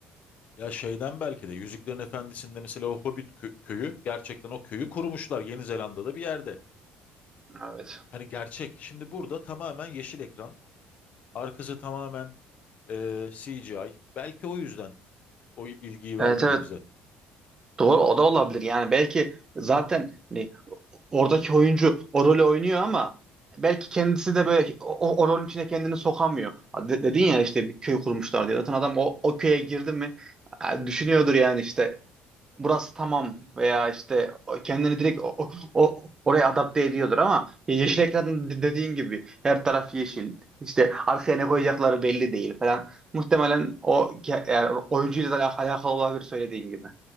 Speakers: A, on the left (about 45°); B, on the right (about 20°).
A: ya şeyden belki de Yüzüklerin Efendisi'nde mesela o Hobbit kö- köyü gerçekten o köyü kurmuşlar Yeni Zelanda'da bir yerde.
B: Evet.
A: Hani gerçek. Şimdi burada tamamen yeşil ekran. Arkası tamamen e, CGI. Belki o yüzden o ilgiyi
B: Evet
A: vermedi
B: evet
A: bize.
B: Doğru o da olabilir. Yani belki zaten hani oradaki oyuncu o rolü oynuyor ama belki kendisi de böyle o, o- o rolün içine kendini sokamıyor. De- dedin ya işte bir köy kurmuşlar diye. Zaten adam o, o köye girdi mi e, düşünüyordur yani işte burası tamam veya işte o- kendini direkt o, o- o- oraya adapte ediyordur ama yeşil ekran de- dediğin gibi her taraf yeşil. İşte arkaya ne koyacakları belli değil falan. Muhtemelen o ke- yani oyuncuyla da alakalı olabilir söylediğin gibi.